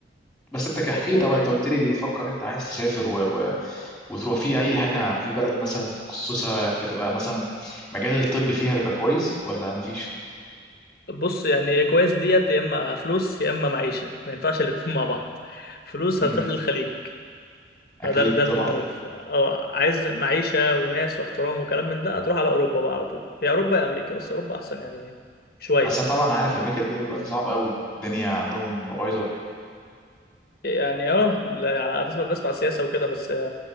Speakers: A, in the centre; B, on the left (about 50°).
A: بس انت كحكي
B: مفهوم
A: طبعا
B: أيوه.
A: انت قلت لي بتفكر انت عايز تسافر و... و... وتروح في اي حاجه في بلد مثلا متخصصه بتبقى مثلا مجال الطب فيها بيبقى كويس ولا مفيش
B: بص يعني كويس ديت يا اما فلوس يا اما معيشه ما ينفعش الاتنين مع بعض فلوس
A: امم
B: هتروح للخليج
A: اكيد
B: فده ده
A: طبعا
B: المعروف او عايز معيشه وناس واحترام وكلام من ده هتروح على اوروبا بقى على طول يا اوروبا يا امريكا بس اوروبا احسن يعني شويه
A: بس طبعا عارف امريكا الدنيا دلوقتي صعبه قوي الدنيا عندهم بايظه
B: يعني اه لا- على اساس ما بنسمع سياسه وكده بس